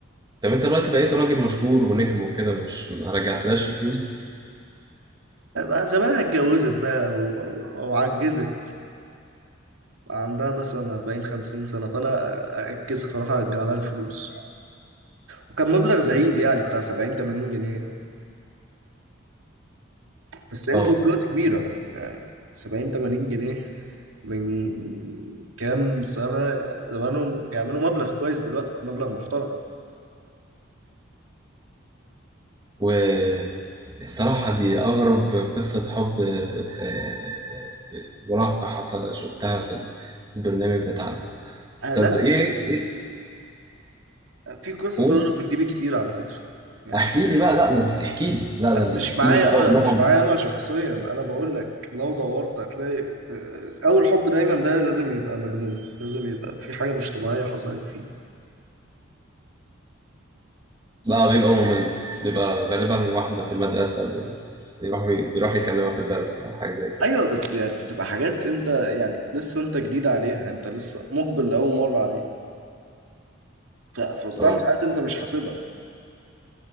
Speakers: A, on the right; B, on the right.
A: طب انت دلوقتي بقيت راجل مشهور ونجم وكده مش ما رجعتلاش الفلوس دي
B: بقى زمانها اتجوزت بقى أو أو, أو عجزت عندها مثلا 40 50 سنة فأنا أتكسف أروح أرجع لها الفلوس وكان مبلغ زهيد يعني بتاع 70 80 جنيه بس قيمته
A: اه
B: دلوقتي كبيرة يعني 70 80 جنيه من كام سنة زمانهم يعملوا مبلغ كويس دلوقتي مبلغ محترم
A: والصراحه دي اغرب قصه حب آه، آه، مراهقه حصل شفتها في البرنامج بتاعنا
B: آه
A: طب
B: لا
A: ايه ايه
B: في قصص
A: قول.
B: أغرب من دي بكتير على فكرة يعني
A: احكي لي بقى لا ده انت تحكي لي لا
B: آه،
A: ده انت
B: مش
A: تحكي
B: معايا
A: لي بقى
B: أنا
A: ونقعد
B: مش معايا أنا شخصيا أنا بقول لك لو دورت هتلاقي آه، أول حب دايما ده لازم يبقى مجنون لازم يبقى في حاجة مش طبيعية حصلت فيه
A: لا بيبقى ممل بيبقى غالبا واحدة في المدرسة بي- بيروح بيروح يكلمها في الدرس أو حاجة زي كده
B: أيوة بس يعني بتبقى حاجات أنت يعني لسه أنت جديد عليها أنت لسه مقبل لأول مرة عليها ف- فبتعمل
A: اه
B: حاجات أنت مش حاسبها